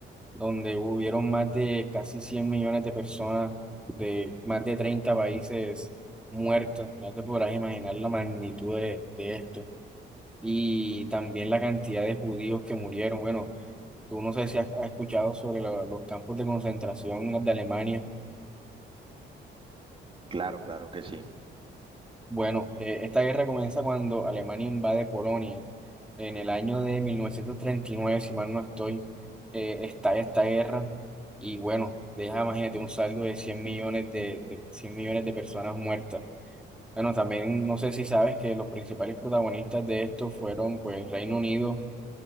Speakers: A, in the centre; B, on the right.
A: donde hubieron más de casi 100 millones de personas de más de 30 países muertos. Ya te podrás imaginar la magnitud de, de esto. Y también la cantidad de judíos que murieron. Bueno, tú no sé si has, has escuchado sobre lo- los campos de concentración de Alemania
B: Claro, claro que sí,
A: Bueno, eh, esta guerra comienza cuando Alemania invade Polonia. En el año de mil novecientos treinta y nueve si mal no estoy, eh, estalla esta guerra y bueno, deja, imagínate, un saldo de cien millones de, de 100 millones de personas muertas. Bueno, también no sé si sabes que los principales protagonistas de esto fueron pues Reino Unido,